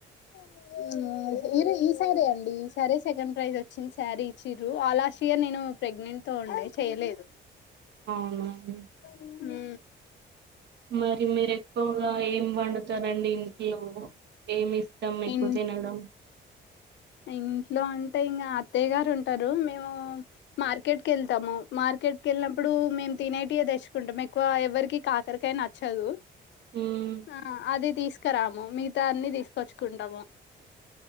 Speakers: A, on the left; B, on the right.
A: <unintelligible> ఇరు ఈ సారీ అండి ఈ సారే సెకండ్ ప్రైజ్ వచ్చింది, సారీ ఇచ్చిరు ఆ లాస్ట్ ఇయర్ నేను ప్రెగ్నెంట్ తో ఉండే, చేయలేదు,
B: అవునా అండి
A: ఉ
B: మరి మీరు ఎక్కువగా ఏం పండుతారండి ఇంట్లో ఏమి ఇస్తాం ఎక్కువ
A: ఇన్
B: తినడం
A: ఇంట్లో అంటే ఇకా అత్తయ్య గారు ఉంటారు మేము మార్కెట్ క వెళ్తాము మార్ క్రికెట్కి వెళ్ళినప్పుడు మేము తినేటియ తెచ్చుకుంటాం ఎక్కువ ఎవరికి కాకరకాయ నచ్చదు
B: మ్మ్
A: ఆ అది తీసుకురాము మిగతా అన్ని తీసుకొచ్చుకుంటాము